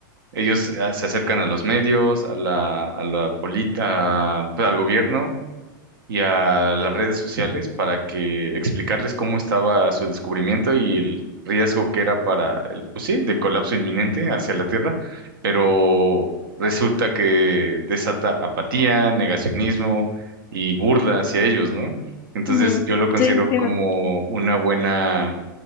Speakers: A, on the right; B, on the left.
A: Ellos eh, se acercan a los medios, a la, a la política, al gobierno y a las redes sociales para que explicarles cómo estaba su descubrimiento y el riesgo que era para el, pues sí, de colapso inminente hacia la Tierra, pero resulta que desata apatía, negacionismo y burla hacia ellos, ¿no? Entonces
B: ujú.
A: yo lo considero
B: Sí, sí, sí,
A: como
B: me-
A: una buena